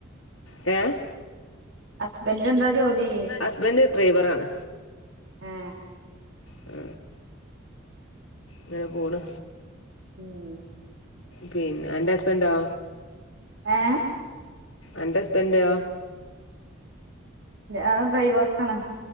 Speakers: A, on the left (about 85°); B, on the right (about 65°).
A: ഏ?
B: ഹസ്ബൻഡ് ന്താ ജോലി?
A: ഹസ്ബൻഡ് ഡ്രൈവറാണ്
B: ആ.
A: ആ. ങ്ങനെ പോണ്.
B: ഉം.
A: പിന്നെ അന്റെറെ ഹസ്ബൻഡോ?
B: ഏ?
A: അന്റെ ഹസ്ബൻഡോ?
B: ആ ഡ്രൈവർ ആണ്.